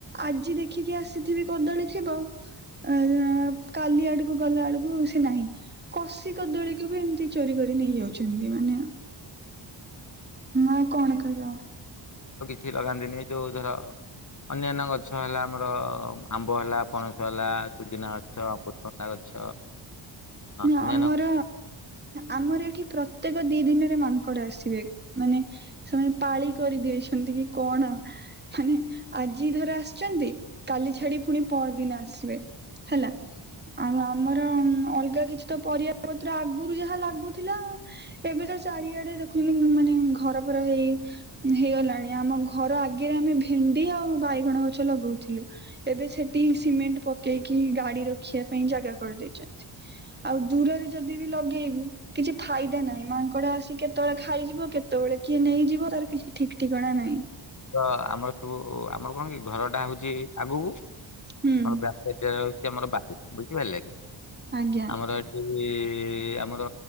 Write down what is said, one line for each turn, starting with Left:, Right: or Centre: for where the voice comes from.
Right: ଆଜି ଦେଖିକି ଆସିଥିବି କଦଳୀ ଥିବ ଅ କାଲି ଆଡକୁ ଗଲା ବଳକୁ ସେ ନାହିଁ। କସି କଦଳୀ କୁ ବି ଏମ୍‌ତି ଚୋରି କରି ନେଇଯାଉଚି। ଏମାନେ। ଆଉ କଣ କହିବି ଆଉ।
Left: ଛି ଲାଗନ୍ତି ନି ଯଉ ଧର ଅନାନ୍ୟା ଗଛ ହେଲା ଆମର ଆମ୍ବ ହେଲା ପଣସ ହେଲା ପୋଦିନା ଗଛ ପୁକସୁଂଗା ଗଛ।
Right: ନା
Left: ଅନ୍ୟାନ୍ୟ
Right: ଆମର ଆମର ଏଠି ପ୍ରତ୍ୟେକ ଦି ଦିନରେ ମାଙ୍କଡ ଆସିବେ, ମାନେ ସେମାନେ ପାଳି କରିଦେଇଛନ୍ତି କି କଣ ମାନେ ଆଜି ଧର ଆସିଚନ୍ତି। କାଲି ଛାଡ଼ି ପୁଣି ପହ ଦିନ ଆସିବେ ହେଲା ଆଉ ଆମର ଅଲଗା କିଛି ତ ପରିବା ପତ୍ର ଆଗରୁ ଯାହା ଲାଗୁଥିଲା ଏବେ ତ ଚାରିଆଡେ ଦେଖୁଛନ୍ତି ମାନେ ଘର ଫର ହେଇ ହେଇଗଲାଣି। ଆମ ଘର ଆଗରେ ଆମେ ଭେଣ୍ଡି ଆଉ ବାଇଗଣ ଗଛ ଲଗଉଥିଲୁ ଏବେ ସେଠି ସିମେଣ୍ଟ ପକେଇକି ଗାଡି ରଖିବା ପାଇଁ ଜାଗା କରିଦେଇଚନ୍ତି। ଆଉ ଦୂରରେ ଯଦି ବି ଲଗେଇବୁ କିଛି ଫାଇଦା ନାହିଁ ମାଙ୍କଡ ଆସିିକ କେତେବେଳେ ଖାଇଯିବ କେତେବେଳେ କିଏ ନେଇଯିବ ତାର କିଛି ଠିକ୍ ଠିକଣା ନାହିଁ।
Left: ତ ଆମର ସବୁ ଆମର କଣ କି ଘର ଟା ହଉ ଚି ଆଗକୁ
Right: ହୁଁ
Left: ଆଉ ବ୍ୟାକେଟ୍ ସେ ଆମର ବାରି ବୁଝିପାରିଲେ।
Right: ଆଜ୍ଞା
Left: ଆମର ଏଠି ଏଇ ଆମର